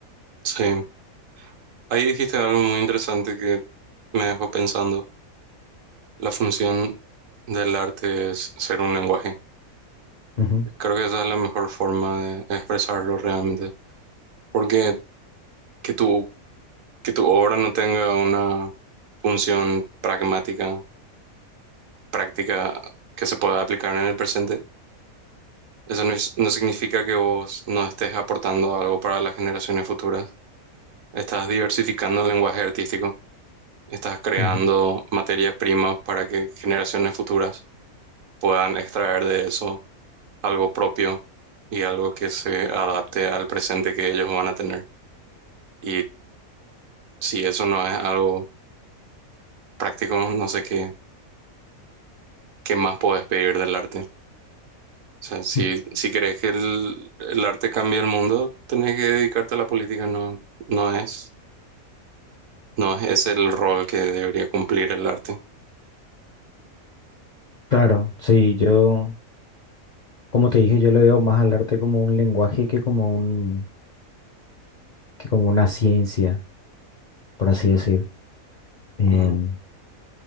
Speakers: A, on the right (about 65°); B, on the left (about 55°).
A: Sí, ahí dijiste algo muy interesante que me dejó pensando. La función del arte es ser un lenguaje.
B: Ujú,
A: Creo que esa es la mejor forma de expresarlo realmente, porque que tu, que tu obra no tenga una función pragmática práctica que se pueda aplicar en el presente. Eso no, es- no significa que vos no estés aportando algo para las generaciones futuras. Estás diversificando el lenguaje artístico, estás creando
B: ujú.
A: materia prima para que generaciones futuras puedan extraer de eso algo propio y algo que se adapte al presente que ellos van a tener. Y si eso no es algo práctico, no sé qué, qué más podés pedir del arte. O sea, si,
B: <laughs>
A: si crees que el, el arte cambia el mundo, tenés que dedicarte a la política. No, no es, no es ese el rol que debería cumplir el arte.
B: Claro, sí, yo, como te dije, yo lo veo más al arte como un lenguaje que como un, que como una ciencia, por así decir. En-
A: Ujú.